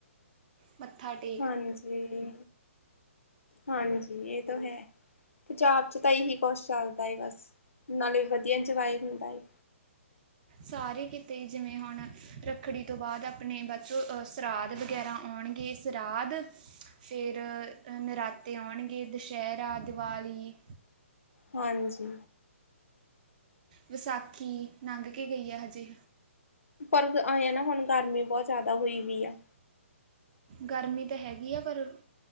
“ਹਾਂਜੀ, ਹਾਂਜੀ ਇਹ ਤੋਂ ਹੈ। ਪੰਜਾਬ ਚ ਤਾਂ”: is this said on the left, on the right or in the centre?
Left